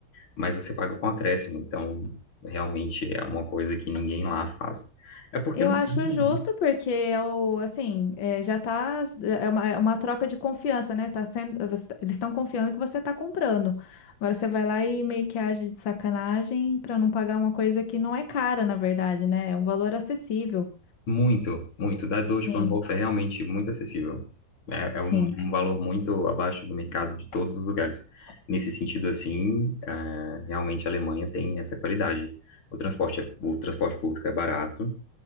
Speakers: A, on the left; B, on the left.
A: mas você paga com acréscimo. Então, realmente é uma coisa que ninguém lá faz. É porque
B: Eu
A: não
B: acho
A: tem, né?
B: justo, porque eu, assim, eh, já tá, é uma, é uma troca de confiança, né? Tá sendo, você- tá, eles estão confiando que você tá comprando. Agora você vai lá e meio que age de sacanagem para não pagar uma coisa que não é cara, na verdade, né? É um valor acessível.
A: Muito, muito. Da Deutsche
B: Sim,
A: Bahnhof é realmente muito acessível. É, é um,
B: sim.
A: um valor muito abaixo do mercado de todos os lugares. Nesse sentido, assim, é, realmente a Alemanha tem essa qualidade. O transporte, é- o transporte público é barato,